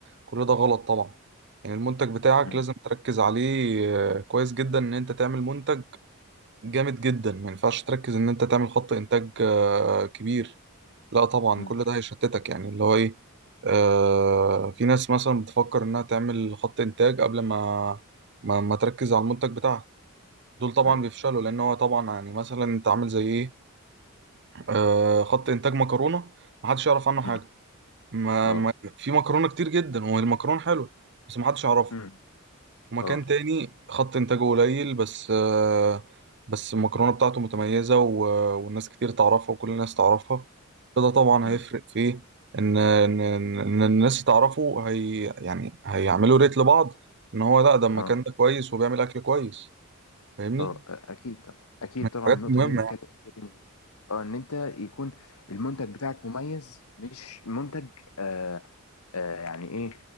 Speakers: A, on the right; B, on the left.
A: كل ده غلط طبعا يعني المنتج بتاعك
B: امم
A: لازم تركز عليه آه، كويس جدا إن أنت تعمل منتج جامد جدا ما ينفعش تركز إن أنت تعمل خط إنتاج آه، كبير لا طبعا
B: امم
A: كل ده هيشتتك يعني اللي هو ايه آه في ناس مثلا بتفكر انها تعمل خط انتاج قبل ما ما, ما تركز على المنتج بتاعها دول طبعا
B: ايوه
A: بيفشلوا لان هو طبعا يعني مثلا انت عامل زي ايه آه خط انتاج مكرونه محدش يعرف عنه حاجه
B: امم
A: ما,
B: اه
A: ما في مكرونه كتير جدا والمكرونه حلوه بس محدش يعرفها
B: امم
A: ومكان
B: اه
A: تاني خط إنتاجه قليل بس آه، بس المكرونة بتاعته متميزة و- والناس كتير تعرفها وكل الناس تعرفها فده طبعا
B: امم
A: هيفرق فيه إن إن إن إن الناس تعرفه هي يعني هيعملوا ريت لبعض إن هو لا ده المكان
B: اه
A: ده كويس وبيعمل أكل كويس فاهمني؟
B: اه اكيد طبعا اكيد
A: من
B: طبعا
A: الحاجات
B: النقطه
A: المهمة
B: اللي انت بتتكلم
A: يعني.
B: فيها دي مهمة. اه ان انت يكون المنتج بتاعك مميز مش منتج آه آه، يعني ايه